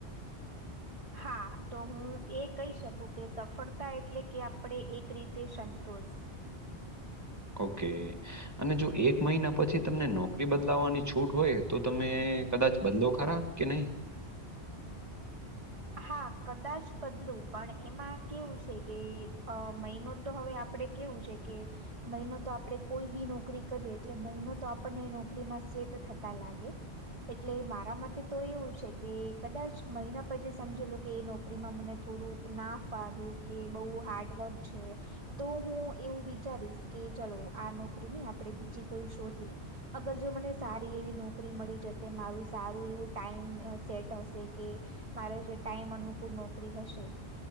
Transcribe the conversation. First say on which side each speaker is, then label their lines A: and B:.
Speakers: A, on the right; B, on the right.
A: <inaudible>
B: હા તો હું એ કહી શકું કે સફળતા એટલે કે આપણે એક રીતે સંતોષ.
A: ઓકે. અને જો એક મહિના પછી તમને નોકરી બદલાવાની છૂટ હોય તો તમે કદાચ બદલો ખરા કે નહી?
B: હા કદાચ બદલું પણ એમાં કેવું છે કે અ મહિનો તો હવે આપડે કેવું છે કે, મહિનો તો આપણે કોઈ બી નોકરી કરીએ એટલે મહિનો તો આપણને એ નોકરીમાં સેટ થતા લાગે. એટલે મારા મતે તો એવું છે કે કદાચ મહિના પછી સમજી લો કે એ નોકરીમાં મને થોડું ના ફાવ્યું કે બઉુ હાર્ડવર્ક છે. તો હું એવું વિચારીશ કે ચલો આ નોકરી નય આપણે બીજી કોઈ શોધી. અગર જો મને સારી એવી નોકરી મળી જશે મારું સારું એવું ટાઈમ અ સેટ હશે કે અ મારે જે ટાઈમ અનુકૂળ નોકરી હશે.